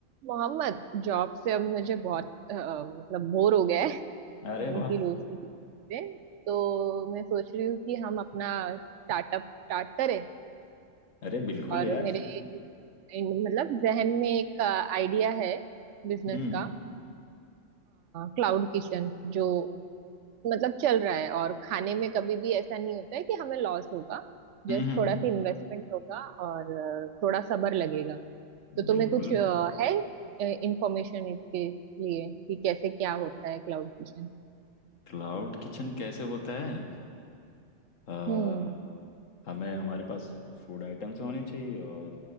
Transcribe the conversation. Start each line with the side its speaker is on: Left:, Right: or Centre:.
Right: Mohammad job से अब मुझे बहुत अ, मतलब बोर हो गया है
Left: अरे
Right: उनकी
Left: वाह
Right: दोस्ती की से तो मैं सोच रही हूँ कि हम अपना स्टार्टअप स्टार्ट करें
Left: अरे बिल्कुल
Right: और
Left: यार
Right: मेरे इन- मतलब जहन में एक आइडिया है बिजनेस
Left: हम्म
Right: का क्लाउड किचन जो मतलब चल रहा है और खाने में कभी भी ऐसा नहीं होता है कि हमें लॉस होगा जस्ट
Left: हम्म हम्म,
Right: थोड़ा
Left: हम्म,
Right: सा इन्वेस्टमेंट होगा और अ, थोड़ा सब्र लगेगा तो
Left: बिल्कुल
Right: तुम्हें कुछ अ, है इंफॉर्मेशन इसके लिए कि कैसे क्या होता है क्लाउड किचन
Left: क्लाउड किचन कैसे होता है अ,
Right: हम्म
Left: हमें हमारे पास फूड आइटम्स होने चाहिए और